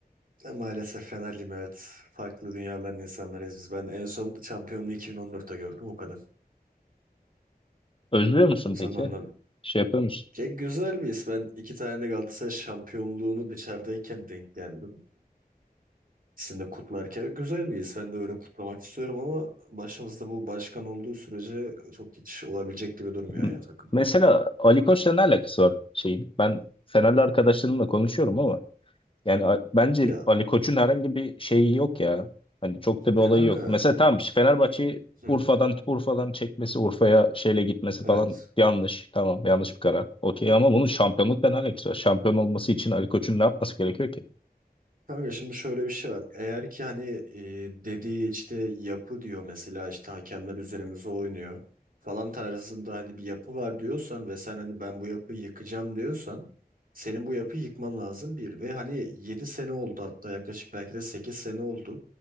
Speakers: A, on the right; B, on the left.
A: de maalesef Fenerliyim evet. Farklı dünyaların insanlarıyız biz. Ben en son şampiyonluğu 2014'te gördüm o kadar.
B: Özlüyor musun
A: O zamandan
B: peki? Şey yapıyor musun?
A: ya güzel bir his. Ben iki tane Galatasaray şampiyonluğunu dışarıdayken denk geldim. İkisini de kutlarken güzel bir his. Ben de öyle kutlamak istiyorum ama başımızda bu başkan olduğu sürece çok hiç olabilecek gibi durmuyor
B: M-
A: ya takım.
B: Mesela Ali Koç'la ne alakası var şeyin? Ben Fenerli arkadaşlarımla konuşuyorum ama Yani a- bence
A: Ya,
B: Ali Koç'un herhangi bir şeyi yok ya. Hani çok da bir
A: ya
B: olayı
A: kanka
B: yok. Mesela tamam işte Fenerbahçe'yi
A: hı,
B: Urfa'dan Urfa'dan çekmesi, Urfa'ya şeyle gitmesi
A: evet.
B: falan yanlış. Tamam yanlış bir karar. Okey ama bunun şampiyonlukla ne alakası var? Şampiyon olması için Ali Koç'un ne yapması gerekiyor ki?
A: Kanka şimdi şöyle bir şey var. Eğer ki hani e, dediği işte yapı diyor mesela işte hakemler üzerimize oynuyor falan tarzında hani bir yapı var diyorsan ve sen hani ben bu yapıyı yıkacağım diyorsan senin bu yapıyı yıkman lazım bir ve hani yedi sene oldu hatta yaklaşık belki de 8 sene oldu.